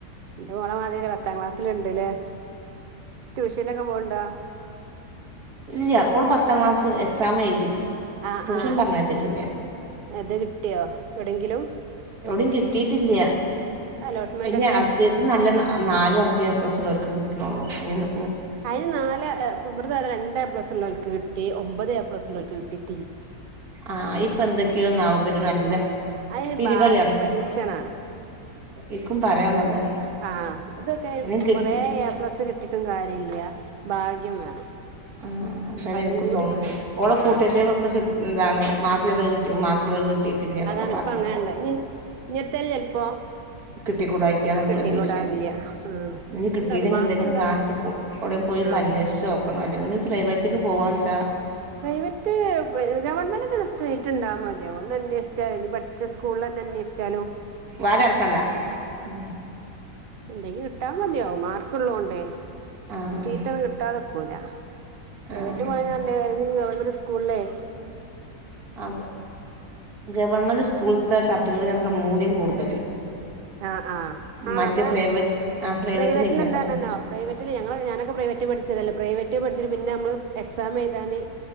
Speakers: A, on the right (about 60°); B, on the right (about 80°).
A: എന്റെ മോളമാതിെ പത്താം ക്ലാസ്സിലുണ്ട്ല്ലേ ട്യൂഷനൊക്കെ പോണ്ടോ
B: ഇല്ല ഒരുഓള് പത്താം ക്ലാസ് എക്സാം എഴുതി
A: ആ
B: ട്യൂഷൻ
A: ആ
B: പറഞ്ഞ വച്ചിട്ടില്ല
A: ഇത് കിട്ടിയോ എവിടെങ്കിലും
B: എവിടയും കിട്ടീയിട്ടില്ല
A: അലോട്ട്മെന്റ്
B: പി
A: ഒക്കെ
B: അടുത്തത് നല്ല നാലും അഞ്ച പ്ലസ്സുള്ളവർക്ക് കിക്കണള്ളോ ഇന്ന്
A: അയിന് നാല് പ്രൃത രണ്ടേ പ്ലസ് ഉള്ളവക്ക് കിട്ടി ഒമ്പത് പ്ലസ് ഉള്ളവക്ക് കിട്ടി
B: ആഹ ഇപ്പൊ എന്തൊക്കെയോ നാവപര് നല്ല
A: അതിന്
B: തിരികളി
A: ഭാഗ്യപരീക്ഷണാണ്
B: നടത്തി ഇക്കും പറയാനുള്ളതാണ്
A: ആഹ് ഇതൊക്കെ
B: ഇനി കിട്ട
A: കൊറെ എ പ്ലസ് കിട്ടി ഒട്ടും കാര്യ ഇല്ല ഭാഗ്യം വേണം
B: ആഹ അതന്നെ
A: അതും
B: എനിക്കും
A: കൂടി
B: തോന്നുന്നു
A: വേണം
B: ഓടെ കൂട്ടത്തേക്കൊക്കെ
A: ആ
B: കിട്ട ഇതാണ് മാത്രമേ അത കിട്ട മാർക്കൾ കിട്ടിയിട്ടില്ല
A: ഉം
B: എന്നൊക്കെ
A: അതാണ്
B: പറഞ്ഞിണ്ടു
A: ഇപ്പ അങ്ങനെണ്ട ഇനി ഇങ്ങനത്തേൽ ചെലപ്പോ
B: കിട്ടിക്കൂടാ ഇല്ല എന്നുള്ള
A: കിട്ടിക്കൂടാറില്ല
B: പ്രദേീശയാണ്
A: ആഹ്
B: നനി
A: അത്ണ്ടാവൂല
B: കിട്ടില്ലെങ്ക
A: മാർക്ക്
B: എന്തേലുംെ
A: ഇണ്ടാവും
B: കാത്തിവിട പോയി
A: ആഹ്
B: പന്നച്ച് നോക്കണംോ അല്ലെങ്കിൽീ ഫ്രൈറ്റ ഇട്ടക്ക് പോ അച
A: പ്രൈവറ്റ് ഗവൺമെന്റണ്ടാ മതിയോ ഒന്ന് അന്വേഷ പഠൂ അന്വേഷിച്ചാലോ
B: വാല ഇറക്കണ്ടാ ഉ
A: എന്തെങ്കി കിട്ടാ മതിയാോ മാർക്കള്ളോൊണ്ടേ
B: ആഹ്
A: ചീറ്റൊന്നും കിട്ടാതെക്കൂല പ്രൈവറ്റ്
B: ആഹ്
A: <unintelligible> സ്കൂളേ
B: അ ഗവർമെന്റ് സ്കൂൾത്തെ സർട്ടിഫിക്കറ്റ് അത്ര മൂല്യം കൂടുതല്.
A: ആഹ് ആഹ് ആഹ്
B: മറ്റേ
A: അതാണ്.
B: പ്രൈവറ്റ് ആഹ് പ്രൈവറ്റിനില്ല
A: പ്രൈവറ്റിൽ എന്താണല്ലോ
B: അത്ര
A: പ്രൈവറ്റില് ഞങ്ങള ഞാനൊക്കെ പ്രൈവറ്റ് പഠിച്ചതല്ല പ്രൈവറ്റ് പഠിച്ചിട്ട് പിന്നെ നമ്മള് എക്സാം എഴുതാന്